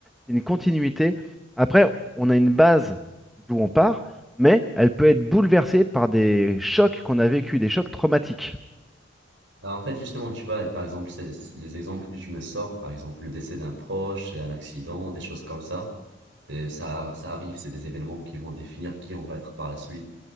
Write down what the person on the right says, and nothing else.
Bah, En fait, justement, tu vois, par exemple, c'est- c'est les exemples que je me sors, par exemple, le décès d'un proche, un accident, des choses comme ça, et ça, ça arrive, c'est des événements qui vont définir qui on va être par la suite.